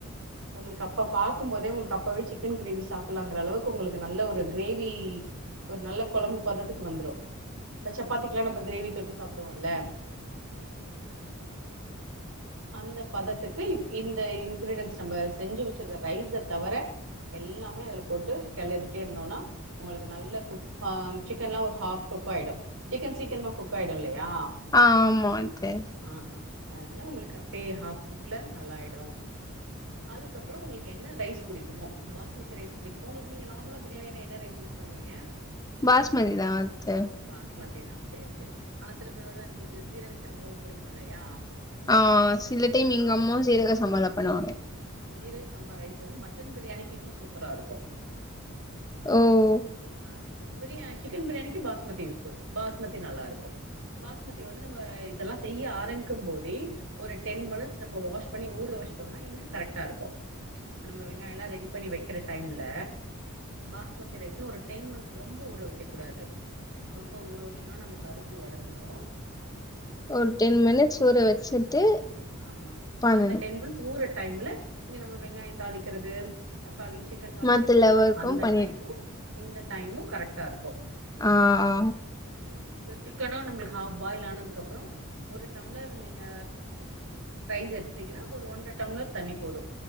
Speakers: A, on the right (about 75°); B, on the left (about 15°).
A: உங்களுக்கு அப்ப பாக்கு போதே உங்களுக்கு அப்பவே சிக்கன் கிரேவி சாப்பிலாங்கிற அளவுக்கு உங்களுக்கு நல்ல ஒரு கிரேவி ஒரு நல்ல கொழம்பு பதத்துக்கு வந்துரு இப்ப சப்பாத்திகெல்லா நம்ம கிரேவி தொட்டு சாப் கூப்டுவோல அந்த பதத்துக்கு இந்த இன்கிரீடியன்ஸ் நம்ப செஞ்சு வச்சிருக்க ரைஸ தவர எல்லாமே அதுல போட்டு கெளறிட்டே இருந்தோனா உங்களுக்கு நல்ல குக் ஆ சிக்கன் எல்லா ஒரு ஹாஃப் குக் ஆயிடு சிக்கன் சீக்கிரமா குக் ஆயிடு இல்லையா
B: ஆ ஆமாந் த்த
A: ஆ ஆ அதனால உங்களுக்கு அப்பயே ஹாஃப் குக்ல நல்லாயிடு அதுக்கப்பறோ உங்களுக்கு என்ன ரைஸ் புடிக்குமோ பாஸ்மதி ரைஸ் புடிக்கு உங்களுக்கு நீங்க நார்மலா பிரியாணினா என்ன ரைஸ் யூஸ் பண்ணுவீங்க
B: பாஸ்மதிதா அத்த
A: பாஸ்மதி தா சேரி சேரி ஆனா சில பேர் வந்து நம்ளுக்கு ஜீரக சம்பாவு புடிக்கு இல்லையா
B: ஆ சில டைம் எங்க
A: ஆ
B: அம்மாவு சீரக சம்பாள பண்ணுவாங்க
A: ஆ ஜீரக சாம்பா ரைஸ் வந்து மட்டன் பிரியாணிக்கு இன்னு சூப்பரா இருக்கு
B: ஓ
A: ஆ பிரியா சிக்கன் பிரியாணிக்கு பாஸ்மதி இஸ் குட் பாஸ்மதி நல்லா இருக்கு பாஸ்மதி வந்து நம்ம இதெல்லாம செய்ய ஆரம்பிக்கு போதே ஒரு டென் மினிட்ஸ் நம்ப வாஷ் பண்ணி ஊற வச்சுட்டோனா இன்னு கரெக்டா இருக்கு நம்ம இப்ப வெங்காய ல்லா ரெடி பண்ணி வைக்கிற டைம்ல பாஸ்மதி ரைஸு ஒரு டென் மினிட்ஸ் ரொம்ப ஊற வக்க கூடாது ரொம்ப ஊற வச்சோனா நமக்கு அரிசி ஒடஞ்சிரு
B: ஒரு டென் மினிட்ஸ் ஊற வச்சுட்டு
A: ஆமா
B: பண்ணணு
A: அந்த டென் மினிட்ஸ் ஊற டைம்ல இங்க நம்ம வெங்காய தாளிக்கிறது தக்காளி சிக்கன் தொலைக்கிறதெல்லா
B: மத்த லெவருக்கு
A: அந்த
B: பண்ணி
A: டைமு இந்த இன்னும் கரெக்ட்டா இருக்கும்
B: ஆ ஆ
A: ம் சோ சிக்கனு நம்மளுக்கு ஹாஃப் பாயில் ஆனதுக்கு அப்பறோ ஒரு டம்ளர் நீங்க ரைஸ் எடுத்தீங்கன்னா ஒரு ஒன்றரை டம்ளர் தண்ணி போது